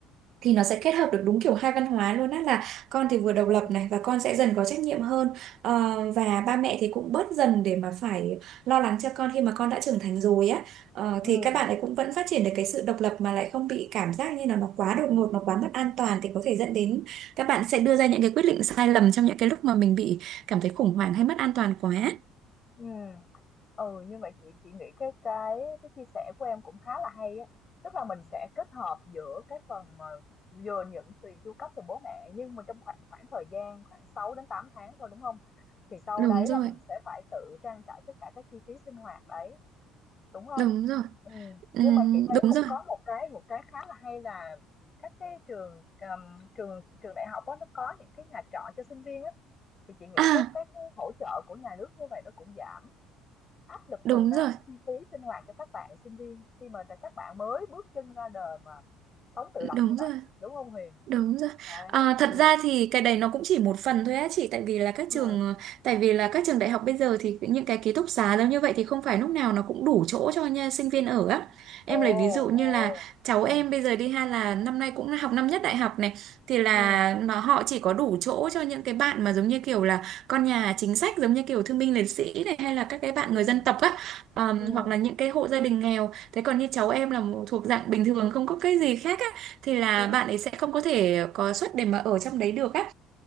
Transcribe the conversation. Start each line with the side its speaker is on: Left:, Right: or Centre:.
Right: thì nó sẽ kết hợp được đúng kiểu hai văn hóa luôn á là con thì vừa
Left: ừ
Right: độc lập này và con sẽ dần có trách nhiệm hơn Ờ, và ba mẹ thì cũng bớt dần để mà phải lo lắng cho con khi mà con đã trưởng thành rồi á Ờ,
Left: ừ
Right: thì các bạn ấy cũng vẫn phát triển được cái sự độc lập mà lại không bị cảm giác như là nó quá đột ngột nó quá mất an toàn thì có thể dẫn đến các bạn sẽ đưa ra những cái quyết định sai lầm trong những cái lúc mà mình bị cảm thấy khủng hoảng hay mất an toàn quá
Left: ừ. Ừ như vậy chị chị nghĩ cái cái cái chia sẻ của em cũng khá là hay á tức là mình sẽ kết hợp giữa cái phần mà vừa nhận tiền chu cấp từ bố mẹ nhưng mà trong khoảng khoảng thời gian khoảng 6 đến 8 tháng thôi đúng không thì sau
Right: đúng
Left: đấy
Right: rồi
Left: là mình sẽ phải tự trang trải tất cả các chi phí sinh hoạt đấy đúng không
Right: đúng rồi
Left: ừ.
Right: Ừm,
Left: nhưng mà chị thấy
Right: đúng
Left: cũng
Right: rồi
Left: có một cái một cái khá là hay là các cái trường um, trường trường đại học đó, nó có những cái nhà trọ cho sinh viên á thì chị nghĩ
Right: à
Left: các các cái hỗ trợ của nhà nước như vậy nó cũng giảm áp lực
Right: đúng
Left: phần nào
Right: rồi
Left: cái chi phí sinh hoạt cho các bạn sinh viên khi mà các bạn mới bước chân ra đời mà sống tự lập
Right: đúng
Left: như vậy
Right: rồi
Left: đúng không Huyền
Right: Đúng rồi.
Left: đấy
Right: À, thật
Left: ừ
Right: ra thì cái đấy nó cũng chỉ một phần thôi á chị tại vì là các
Left: ừ
Right: trường tại vì là các trường đại học bây giờ thì những cái ký túc xá giống như vậy thì không phải lúc nào nó cũng đủ chỗ cho nha, sinh viên ở á.
Left: ồ
Right: Em lấy ví dụ như
Left: ồ
Right: là cháu
Left: ừ
Right: em bây giờ đi ha là năm nay cũng học năm nhất đại học này thì là
Left: ừ
Right: nó họ chỉ có đủ chỗ cho những cái bạn mà giống như kiểu là con nhà chính sách giống như kiểu thương binh liệt sĩ này hay là các cái bạn
Left: ừ
Right: người dân tộc á Ờ,
Left: ừ ừ
Right: hoặc là những cái hộ gia đình nghèo. Thế còn như cháu em là một- thuộc dạng bình thường không có cái gì khác á thì là
Left: Ừ.
Right: bạn ấy sẽ không có thể có suất để mà ở trong đấy được á